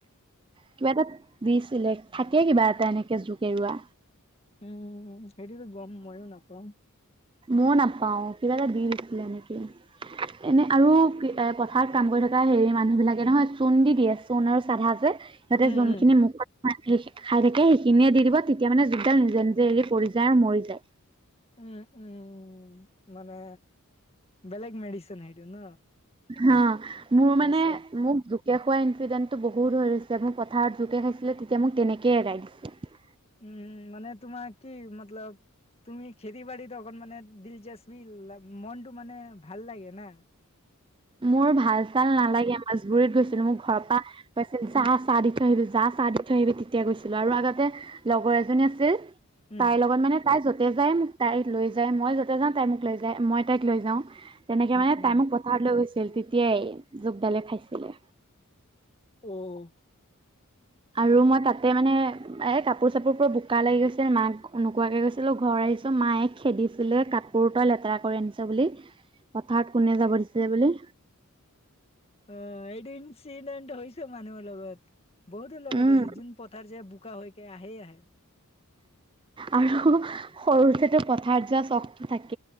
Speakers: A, on the right; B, on the left.
A: কিবা এটা দিছিলে থাকে কিবা এটা এনেকে জোক এৰুৱা
B: উম, সেইটোতো গম ময়ো নাপাওঁ
A: মৌনাপাওঁ কিব দীভিছিলিল ননেকি এনে আৰু পথাৰত কাম কৰি থকা হেৰি মানুহবিলাকে নহয় চূণ দি দিয়ে চূণ আৰু চাধা যে ইতে
B: উম,
A: যোনখিনি
B: উম,
A: মুখত খাই থাকে সেইখিনিয়ে দি দিব তেতিয়া মানে যতডাল নিজে নিজে এৰি পৰি যাৰ মৰি যায়
B: উম উম উ মানে বেলেগ মেডচন সেই ন
A: হ মোৰ মানে
B: ঔষধ
A: মোক দু এতিয়া খোৱা ইনক্ৰিডেণ্টটো বহুত হৈ হৈছে মোৰ পথাৰত জোকে খাইছিলে তেতিয়া মোক তেনেকে এৰাই দিছে
B: উম মানে তোমাৰ কি মতলব তুমি খেতি বা়ী ত মানে দিলচাস্পি মনটো মানে ভাল লাগে ন
A: মোৰ ভাল চাল নালাগে মাজবুৰিীত গৈছিলো
B: উম,
A: মোৰ ঘৰৰ পৰা গাইছিল চাহ চাহ দি থৈ আহিবিছিল যা চাহ দি থৈ আহিবি তেতিয়া গৈছিলো আৰু আগতে লগৰ এজনী আছিল
B: উম,
A: তাইৰ লগত মানে তাই যতে যাই মোক তাইক লৈ যায় মই য'তে যাওঁ তাই মোক লৈ যায় মই তাইক লৈ যাওঁ তেনেকে মানে
B: উম,
A: তাই মোক পথাৰত লৈ গৈছিল তেতিয়াই জোকডালে খাইছিলে
B: অ'।
A: আৰু মই তাতে মানে এ কাপোৰ চাপোৰ পুৰা বোকা লাগি গৈছিল মাক নকুৱাকে গৈছিলো ঘৰ আহিছো মায়ে খেদিছিলে কাপোৰ তই লেতেৰা কৰি আনিছ বুলি পথাৰত কোনে যাব দিছিলে বুলি
B: অ এইটো ইনসিডেণ্ট হৈছে মানুহৰ লগত বহুতো লগত
A: উম
B: আহিছে যোন পথাৰ যে বোকা হৈকে আহেই আহে
A: আৰু সৰুতেতো পথাৰ যোৱা চখতটো থাকে